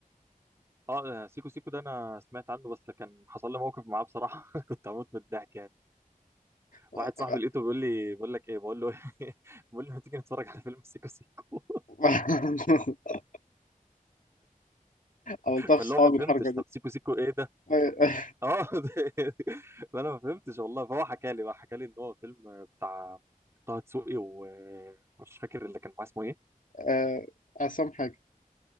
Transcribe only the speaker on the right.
اه آه، سيكو سيكو ده انا سمعت عنه بس كان حصل لي موقف معاه بصراحة <laughs> كنت هموت من الضحك يعني
واحد صاحبي لقيته بيقول لي بقول لك ايه بقول له <laughs> بقول له ما تيجي نتفرج على فيلم سيكو سيكو
فاللي
هو ما فهمتش
طب سيكو سيكو ايه ده؟
اه <laughs> ده- فانا ما فهمتش والله فهو حكى لي بقى حكى لي ان هو فيلم بتاع طه دسوقي ومش فاكر اللي كان معاه اسمه ايه؟